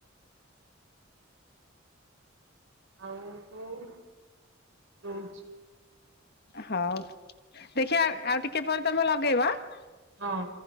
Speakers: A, on the right; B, on the left.
A: ଆଉ କଣ ରହୁଚି।
B: ହଉ ଦେଖିବା ଆଉ ଟିକେ ପରେ ତମେ ଲଗେଇବ ଆଁ।
A: ହଁ।